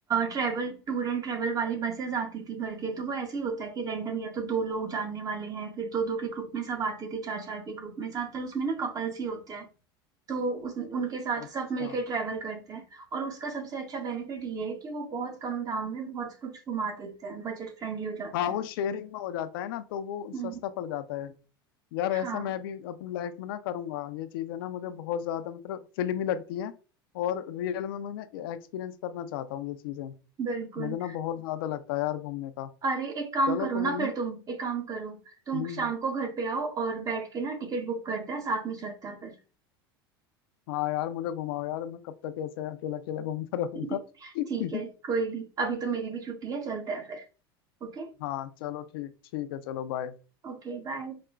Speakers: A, on the right; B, on the left.
A: ट्रेवल टूर एंड ट्रेवल वाली बसेस आती थी भर के तो वो ऐसे ही होता है कि रैंडम या तो दो लोग जानने वाले हैं फिर दो दो के ग्रुप में सब आते थे चार चार के ग्रुप में ज्यादातर उसमें ना कपल्स ही होते हैं तो उस उनके साथ
B: अच्छा
A: सब मिलके ट्रैवल करते हैं और उसका सबसे अच्छा बेनिफिट ये है कि वो बहुत कम दाम में बहुत कुछ घुमा देते हैं बजट फ्रेंडली हो जाता
B: हाँ
A: है
B: वो शेयरिंग में हो जाता है ना तो वो
A: हम्म
B: सस्ता पड़ जाता है यार ऐसा
A: हाँ
B: मैं भी अपनी लाइफ में ना करूंगा ये चीज है ना मुझे बहुत ज्यादा मतलब फिल्मी लगती है और रियल में मैं एक्सपीरियंस करना चाहता हूँ ये चीजें
A: बिल्कुल
B: मुझे ना बहुत ज्यादा लगता है यार घूमने का
A: अरे एक काम
B: चलो
A: करो
B: कोई
A: ना
B: नहीं
A: फिर तुम एक काम करो तुम
B: हम्म,
A: शाम को घर पे आओ और बैठ के ना टिकट बुक करते हैं साथ में चलते हैं फिर
B: हाँ यार मुझे घुमाओ यार मैं कब तक ऐसे अकेला अकेला घूमता रहूंगा
A: <laughs>
B: <laughs>
A: ठीक है कोई नहीं अभी तो मेरी भी छुट्टी है चलते हैं फिर ओके
B: हाँ चलो ठीक ठीक है चलो बाय
A: Okay bye